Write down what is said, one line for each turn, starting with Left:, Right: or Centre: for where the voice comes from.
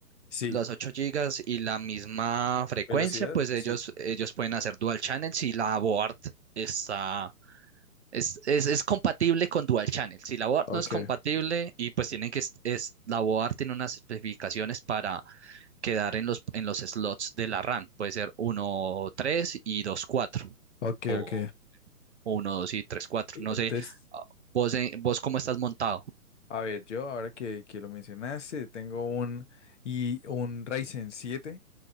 Left: Sí,
Right: los 8 gigas y la misma frecuencia,
Left: velocidad,
Right: pues ellos,
Left: sí.
Right: ellos pueden hacer dual channel si la board está es, es, es compatible con Dual Channel. Si la board
Left: Ok,
Right: no es compatible y pues tienen que, es, es- la board tiene unas especificaciones para quedar en los, en los slots de la RAM. Puede ser uno 3 y 2 4
Left: ok,
Right: o
Left: ok.
Right: uno 2 y 3 cuatro
Left: Y-
Right: No
Left: Entonces,
Right: sé, ah, vos, eh, vos cómo estás montado.
Left: a ver, yo ahora que, que lo mencionaste, tengo un, y un Ryzen siete.